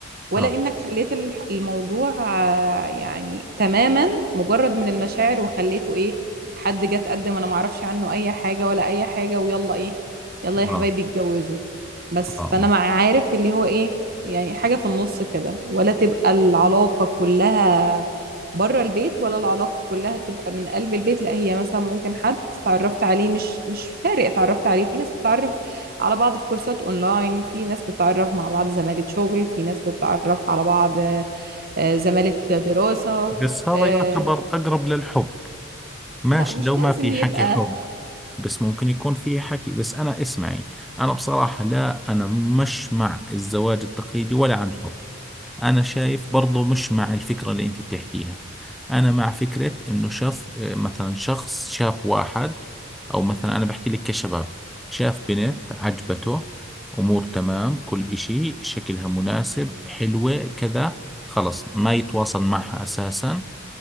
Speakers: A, on the right; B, in the centre.
A: ولا
B: آه
A: انك خليت الح- الموضوع آه، يعني تماما مجرد من المشاعر وخليته ايه حد جه اتقدم انا معرفش عنه اي حاجة ولا اي حاجة ويلا ايه يلا يا حبايبي
B: آه
A: اتجوزوا بس
B: آه آه.
A: فانا مع عارف اللي هو ايه يعني حاجة في النص كده ولا تبقى العلاقة كلها بره البيت ولا العلاقة كلها تبقى من قلب البيت لا هي مثلا ممكن حد اتعرفت عليه مش مش فارق اتعرفت عليه في ناس بتتعرف على بعض في كورسات اونلاين في ناس بتتعرف مع بعض زمالة شغل في ناس بتتعرف على بعض آه، زمالة دراسة
B: بس هذا
A: آه،
B: يعتبر أقرب للحب ماشي
A: لا مش
B: لو ما
A: لازم
B: في
A: يبقى
B: حكي حب بس ممكن يكون فيه حكي بس أنا اسمعي أنا بصراحة لا أنا مش مع الزواج التقليدي ولا عن حب أنا شايف برضو مش مع الفكرة اللي أنت بتحكيها أنا مع فكرة إنه شاف آه، مثلا شخص شاف واحد أو مثلا أنا بحكي لك كشباب شاف بنت عجبته أمور تمام كل إشي شكلها مناسب حلوة كذا خلص ما يتواصل معها أساسا